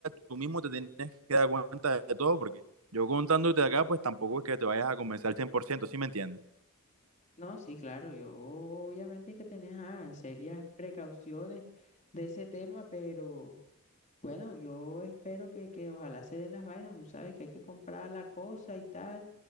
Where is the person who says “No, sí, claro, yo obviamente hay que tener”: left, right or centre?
Left